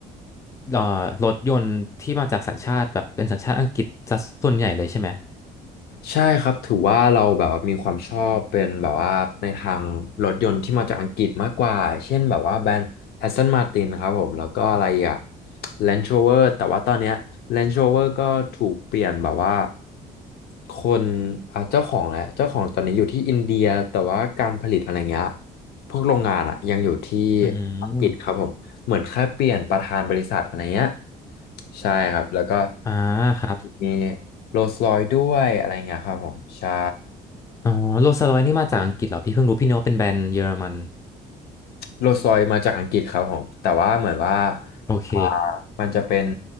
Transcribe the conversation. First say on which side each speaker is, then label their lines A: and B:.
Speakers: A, on the left; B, on the left.
A: เอ่อรถยนต์ที่มาจากสัญชาติแบบเป็นสัญชาติอังกฤษซะส่วนใหญ่เลยใช่ไหม
B: ใช่ครับถือว่าเราแบบว่ามีความชอบเป็นแบบว่าในทางรถยนต์ที่มาจากอังกฤษมากกว่าเช่นแบบว่าแบรนด์ Aston Martin นะครับผมแล้วก็อะไรอ่ะ Range Rover แต่ว่าตอนเนี้ย Range Rover ก็ถูกเปลี่ยนแบบว่าคนอ่ะเจ้าของแหละเจ้าของตอนนี้อยู่ที่อินเดียแต่ว่าการผลิตอะไรเงี้ย พวกโรงงานอะยังอยู่ที่
A: อื
B: อังกฤษครับผมเหมือนแค่เปลี่ยนประธานบริษัทอะไรเงี้ย
A: ม
B: ใช่ครับแล้วก็
A: อ่าครับ
B: มีโรลส์รอยซ์ด้วยอะไรเงี้ยครับผมใช่
A: อ๋อโรลส์รอยซ์นี่มาจากอังกฤษเหรอ พี่เพิ่งรู้ พี่นึกว่าเป็นแบรนด์เยอรมัน
B: โรลส์รอยซ์มาจากอังกฤษครับผมแต่ว่าเหมือนว่า
A: โอเค
B: อ่ามันจะเป็น